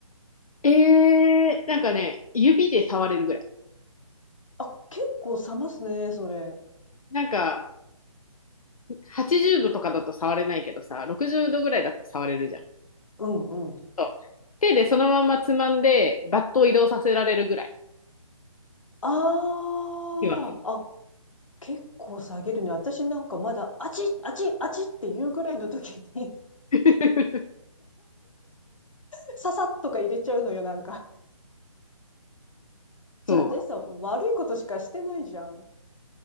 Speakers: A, on the left; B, on the left.
A: えー、なんかね、指で触れるぐらい。
B: あ、結構冷ますね、それ。
A: なんか、80度とかだと触れないけどさ、60度ぐらいだったら触れるじゃん。
B: うんうん。
A: そう手でそのままつまんで、バットを移動させられるぐらい。
B: ああ、
A: 今
B: あ、結構下げるね。私なんかまだ、あちっ、あちっ、あちっっていうぐらいの時に
A: <laughs>
B: <laughs> ささっとか入れちゃうのよ、なんか。
A: そう
B: じゃあ私さ、悪いことしかしてないじゃん。